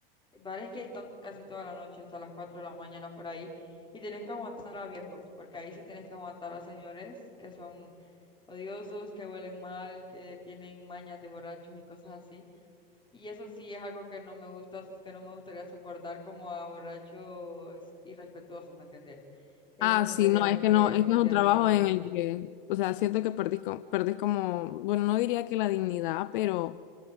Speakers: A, on the left; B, on the left.
A: bares que están casi toda la noche hasta las 4 de la mañana por ahí y tenés que aguantar a viejos, porque ahí sí tenés que aguantar a señores que son odiosos, que huelen mal, que tienen mañas de borrachos y cosas así. Y eso sí es algo que no me gusta, que no me gustaría soportar como a borrachos irrespetuosos, ¿me entendés? Eso
B: Ah,
A: sí
B: sí,
A: sería
B: no,
A: algo
B: es que
A: que
B: no, es
A: odiaría.
B: que es un trabajo en el que, o sea, siento que perdís, co- perdés como, bueno, no diría que la dignidad, pero,